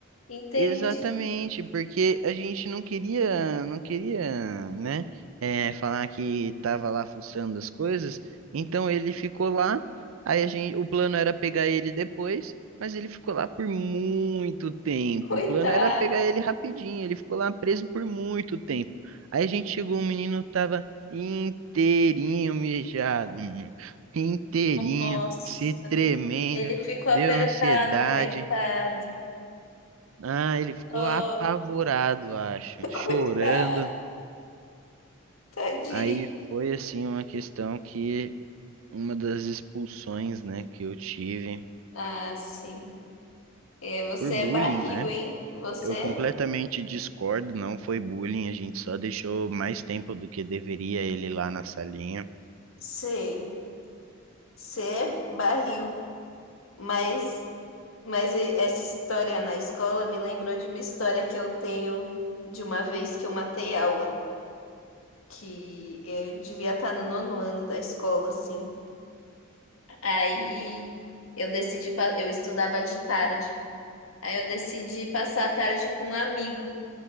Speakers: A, on the left; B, on the right.
A: Entendi.
B: Exatamente, porque a gente não queria, não queria, né, eh, falar que estava lá fuçando as coisas, então ele ficou lá, aí a gente, o plano era pegar ele depois, mas ele ficou lá por muito tempo,
A: <laughs> Coitado.
B: o plano era pegar ele rapidinho, ele ficou lá preso por muito tempo, aí a gente chegou, o menino tava inteirinho mijado, menino, inteirinho,
A: Nossa,
B: se tremendo,
A: ele ficou
B: deu
A: apertado,
B: ansiedade,
A: coitado.
B: ah, ele ficou
A: Oh,
B: apavorado, acho,
A: <laughs>
B: chorando.
A: coitado, tadinho.
B: Aí foi assim uma questão que uma das expulsões, né, que eu tive
A: Ah, sim. É, você
B: por bullying,
A: é barril,
B: né?
A: hein? Você,
B: Eu completamente discordo, não foi bullying, a gente só deixou mais tempo do que deveria ele lá na salinha.
A: sei, você é barril. Mas, mas e- essa história na escola me lembrou de uma história que eu tenho de uma vez que eu matei aula, que eu devia estar no nono ano da escola, assim. Aí eu decidi, pa- eu estudava de tarde. Aí eu decidi passar a tarde com um amigo